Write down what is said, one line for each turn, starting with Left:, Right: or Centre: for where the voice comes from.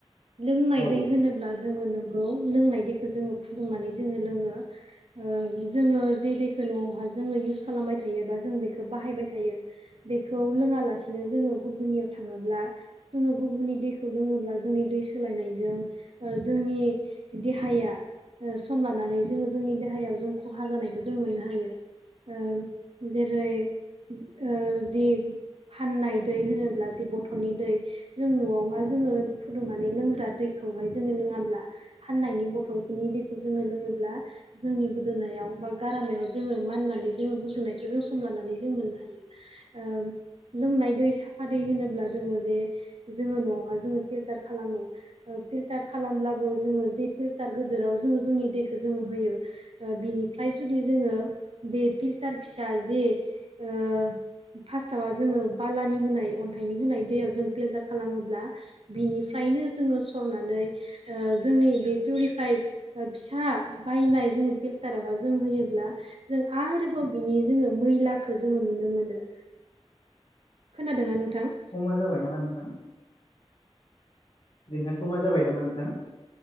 Right: लोंनाय
Left: औ
Right: दै होनोब्ला जोङो नोंगौ लोंनाय दैखो जोङो फुदुंनानै जोङो लोङो ओ जोङो जे दैखो न'आवहा जोङो इउस खालामबाय थायो बा जों बेखो बाहायबाय थायो बेखौ लोङालासिनो जोङो गुबुननियाव थाङोब्ला जोङो गुबुननि दैखौ लोङोब्ला जोंनि दै सोलायनायजों ओ जोंनि देहाया ओ सम लानानै जोङो जोंनि देहायाव जों खहा जानायखौ जों मोननो हायो। ओ जेरै ओ जि फाननाय दै होनोब्ला जे बथलनि दै जों न'आवहा जोङो फुदुंनानै लोंग्रा दै खौहाय जोङो लोङाब्ला फाननायनि बथलफोरनि दैखौ जोङो लोङोब्ला जोंनि गोदोनायाव बा गारामायाव जोङो माननानै जोङो गुजुनायखौ जों सम लानानै जों मोननो हायो।
Left: <unintelligible>
Right: ओ लोंनाय दै साफा दै होनोब्ला जोङो जे जोङो न'आवहा जोङो फिलटार खालामो ओ फिलटार खालामब्लाबो जोङो जि फिलटार गोदोराव जोङो जोंनि दैखो जोङो होयो ओ बिनिफ्रा य जुदि जोङो बे फिल्टार फिसा जे ओ फार्स्टावा जोङो बालानि होनाय अन्थाइनि होनाय दैयाव जों फिलटार खालामोब्ला बिनि फ्रायनो जोङो सरनानै ओ जोंनि बे पिउरिफाइ ओ फिसा बायनाय जोंङो फिल्टारावहा जों होयोब्ला जों आरोबाव बिनि जोङो मैलाखो जोङो नुनो मोनो। खोनादों ना नों
Left: समा जाबाय नामा नोंथां? जोंहा समा जाबाय नामा नोंथां?